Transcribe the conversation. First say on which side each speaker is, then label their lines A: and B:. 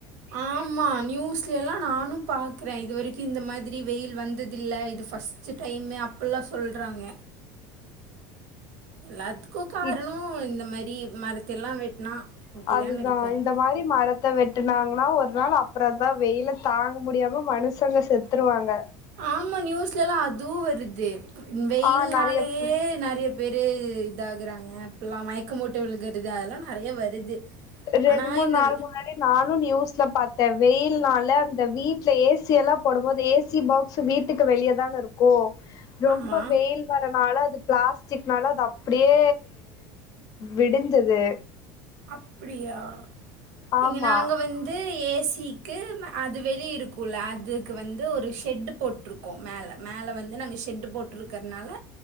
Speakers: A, on the right; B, on the left.
A: ஆமா நியூஸ் சிலா நானு பாக்றே இது வரைக்கு இந்த மாதிரி வெயில் வந்ததில்ல இது ஃபர்ஸ்ட்டு டைமு அப்புலா சொல்றாங்க எல்லாத்துக்கு காரணொ
B: இப்
A: இந்த மாரி மரத்த எல்லா வெட்னா அப்டிதான
B: அதுதா
A: இருக்கு
B: இந்த மாரி மரத்த வெட் டுனாங்கனா ஒரு நாள் அப்புற தா வெயில தாங்க முடியாம மனுசங்க செத்துருவாங்க
A: ஆமா நியூஸ்லல்லா அதுவு வருது வெயில்னாலயே
B: ஆ நெறைய
A: நெறையப் பேரு இதாகுறாங்க இப்பல்லாம் மயக்கம் போட்டு விழுகுறது அதெல்லா நெறைய வருது
B: ரெண்டு
A: ஆனா
B: மூண்
A: இந்த
B: நாள் முன்னாடி நானும் நியூஸ்ல பாத்த வெயில்னால அந்த வீட்ல ஏசி எல்லா போடும்போது ஏசி பாக்ஸ் வீட் டுக்கு வெளியதான இருக்கு ரொம்ப
A: ஆமா
B: வெயில் வரனால அது பிளாஸ்டிக்னால அது அப்படியே வெடிஞ்சது
A: அப்படியா
B: ஆமா
A: இங்க நாங்க வந் து ஏசிக்கு அது வெளிய இருக்குல அதுக்கு வந்து ஒரு ஷெட்டு போட்ருக் கோ மேல மேல வந்து நாங்க ஷெட்டு போட்டுருக்கிறனால